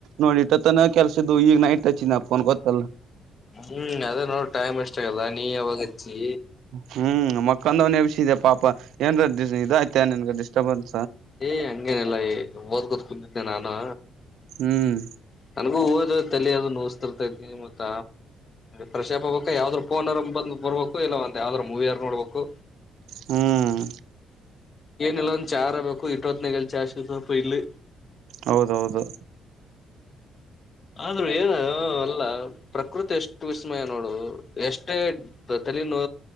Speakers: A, on the right; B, on the left.
A: ನೋಡಿ ಇಟ್ಟ ತನ ಕೆಲ್ಸಿದ್ದು ಈಗ ನೈಟ್ ಹಚ್ಚ ಫೋನ್ ಗೊತಲ್ಲ
B: ಹ್ಮ್ ಅದ ನೋಡ ಟೈಮ್ ಎಷ್ಟ ಆಗಲ್ಲ ನೀ ಯಾವಾಗಚ್ಚಿ
A: ಹ್ಮ್ ಮಕ್ಕಂದವನ ಯಬಷಿದೆ ಪಾಪ ಏನ್ ಇದಯ್ತ ನಿನ್ಗ ಡಿಸ್ಟರ್ಬ್ ಅನ್
B: ಏಯ್ ಹಂಗೇನಲ್ಲ ಓದ್ಕೋತ್ ಕುಂತಿದ್ದೆ ನಾನು
A: ಹ್ಮ್
B: ನನ್ಗೂ ಓದ ತಲೆ ಅದ ನೋಸ್ತಿರ್ತೈತಿ ಮತ್ತ ಪ್ರಶಾಪ ಅಬಾಕ್ ಯಾವ್ದ್ರ ಫೋನರ ಬಂದ ಬರ್ಬೇಕು ಇಲ್ಲ ಒಂದ ಯಾವದರ ಮೂವಿ ಯರ್ ನೋಡ್ಬೇಕು.
A: ಹ್ಮ್
B: ಏನ ಇಲ್ಲ ಒಂದ ಚಾರ ಬೇಕು ಇಟ್ವತ್ನಾಗಲ್ ಚಾ ಸಿಗತತಿ ಪಾ ಇಲ್ಲಿ.
A: ಹೌದೌಹೌದು
B: ಆದ್ರೂ ಏನ ಅಲ್ಲ ಪ್ರಕೃತಿ ಎಷ್ಟು ವಿಸ್ಮಯ ನೋಡು ಎಷ್ಟೇ ತಲೆ ನೋ